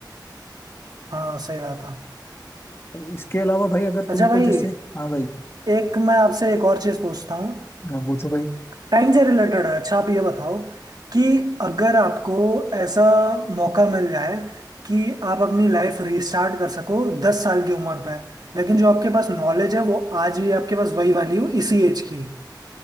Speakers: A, on the right; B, on the left.
A: हाँ सही बात है
B: अब इसके अलावा भाई अगर
A: अच्छा
B: तुमको
A: भाई
B: जैसे हाँ भाई
A: एक मैं आपसे एक और चीज़ पूछता हूँ
B: हाँ, पूछो भाई
A: टाइम से रिलेटेड है अच्छा आप ये बताओ कि अगर आपको ऐसा मौका मिल जाए कि आप अपनी लाइफ रीस्टार्ट कर सको दस साल की उम्र पे लेकिन जो आपके पास नॉलेज है वो आज भी आपके पास वही वाली हो इसी एज की